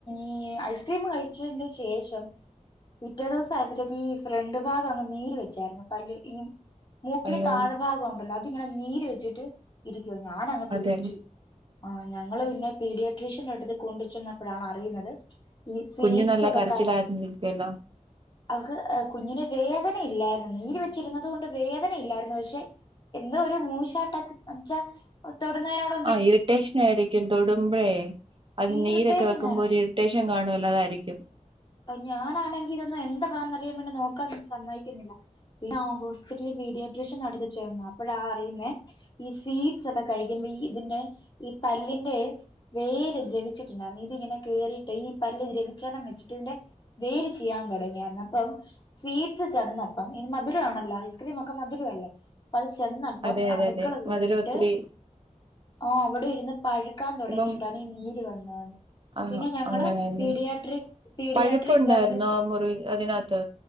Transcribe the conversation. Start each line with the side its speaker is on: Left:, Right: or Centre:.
Left: ഈ ഐസ്ക്രീം കഴി ച്ചന്റെ ശേഷം പിറ്റേ ദൂസം ആയപ്പത്തെക്കും ഈ ഫ്രണ്ട് ഭാഗം അങ്ങ് നീര് വെച്ചായിരുന്നു പല്ല് ഈ മൂക്കിന്
Right: അയ്യോടാ
Left: താഴെ ഭാഗം ഉണ്ടല്ലോ അത് ങ്ങനാ നീര് വെച്ചിട്ട് ഇരിക്കുവാ ഞാൻ അങ്ങ് പേടിച്ച്
Right: അതെല്ലേ
Left: ആഹ് ഞങ്ങള് പിന്നെ പീഡിയട്രീഷ്യന്റെ അടുത്ത് കൊണ്ട് ചെന്നപ്പഴാണ് അറിയുന്നത് ഈ സ്വീറ്റ്സ്
Right: കുഞ്ഞു നല്ല
Left: ഒക്കെ
Right: കരച്ചിലായിന്നി
Left: കഴി
Right: ഇരിക്കല്ലോ
Left: അവക്ക് കുഞ്ഞിന് വേദനയില്ലായിരുന്നു നീര് വെച്ചിരുന്നത് കൊണ്ട് വേദനയില്ലായിരുന്നു പക്ഷെ എന്തോ ഒരു മൂശാട്ടക് ന്ന്ച്ചാ ഒഹ് ത്തോട്നേനോട്‌
Right: ആഹ് ഇരിട്ടെഷൻ ആയിരിക്കും തൊടുമ്പോഴേ അത്
Left: ഇറിറ്റേഷൻ
Right: നീരൊക്കെ വെക്കുമ്പോ
Left: ആയിരുന്നു
Right: ഒര് ഇരുട്ടേഷൻ കാണുല്ലോ അതായിരിക്കും
Left: അത് ഞാനാണെങ്കി ഇരുന്ന് എന്തബാ അറിയാൻ മുന്ന നോക്കാൻ സമ്മയിക്കുന്നില്ല പിന്നെ ഹോസ്പിറ്റലിൽ പീഡിയോട്രിഷ്യൻ അടുത്ത് ചേന്നു അപ്പോഴാ അറിയുന്നേ ഈ സീഡ്സ് ഒക്കെ കഴിക്കുമ്പോ ഈ ഇതിന്റെ ഈ പല്ല്ന്റെ വേര് ത്രവിച്ചിട്ട്ണ്ടാർന്നു ഇതി ഇങ്ങനെ കേറിയിട്ടെ ഈ പല്ല് രവിച്ചാതാ ച്ചി ട്ട് ന്റെ വേര് ചീയാൻ തോടങ്ങിയാരുന്നു അപ്പം സ്വീറ്റ്സ് ചെന്നപ്പം ഇത് മധുരാണല്ലോ ഐസ്ക്രീം ഒക്കെ മധുരല്ലേ അത് ചെന്നപ്പം
Right: അതെ അതെ
Left: അണുക്കൾ
Right: അതെ
Left: കേറിയിട്ട്
Right: മധുരം ഒത്തിരി
Left: ആഹ് അവിടെ ഇരുന് പഴുക്കാൻ തുടങ്ങിയിട്ടാണ്
Right: ഇപ്പം
Left: ഈ നീര് വന്നത്
Right: ആഹ്
Left: പിന്നെ ഞങ്ങള്
Right: അങ്ങനെയല്ലേ
Left: പീഡിയാട്രിക് ടിയട്രിക്
Right: പഴുപ്പുണ്ടായിരുന്നോ
Left: ദന്ത
Right: ആ മുറി അതിനകത്ത്